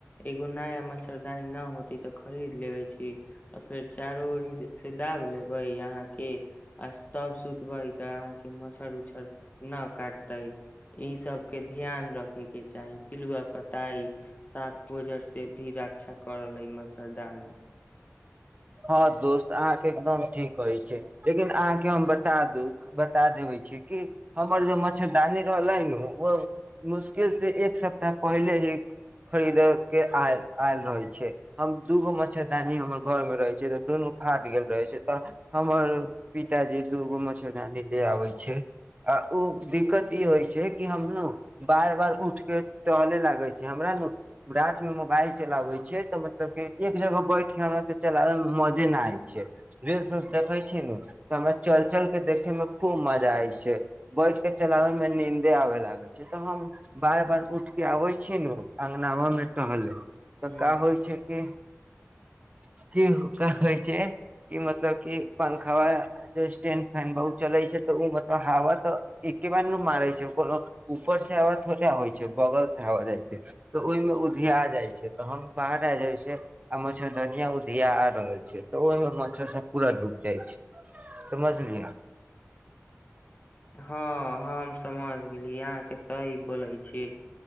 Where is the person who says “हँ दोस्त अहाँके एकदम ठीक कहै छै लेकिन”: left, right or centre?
Right